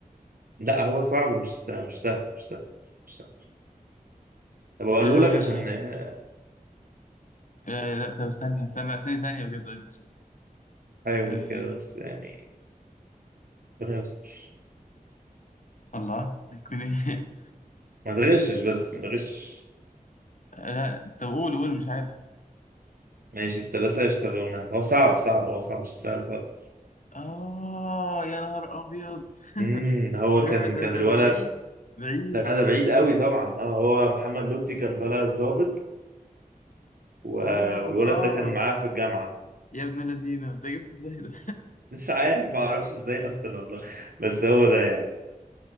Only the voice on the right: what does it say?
لا هو صعب مش سهل مش سهل مش سهل مش سهل طب اقوله
لك عشان آه،
احاول
كده بس يعني ربنا يستر
ما تغشش بس ما تغشش
ماشي الثلاثة يشتغلونها هو صعب صعب هو صعب مش سهل خالص
امم هو
كان
كان
الولد
لا ده بعيد قوي طبعا اه هو محمد لطفي كان طالع الضابط و-
والولد
ده كان معاه في الجامعة
مش عارف ما اعرفش ازاي اصلا والله بس هو ده يعني